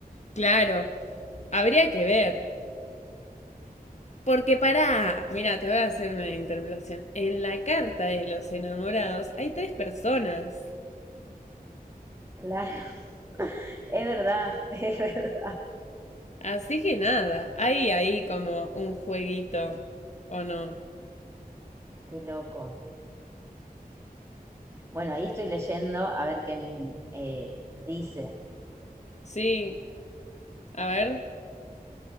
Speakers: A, on the left; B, on the right.
A: claro. Habría que ver. Porque pará, mira, te voy a hacer una interpretación. En la carta de los enamorados hay tres personas.
B: Claro. Es verdad, <laughs> es verdad.
A: Así que nada, hay ahí como un jueguito, ¿o no?
B: Qué loco. Bueno, ahí estoy leyendo a ver qué mm, eh, dice.
A: Sí, a ver,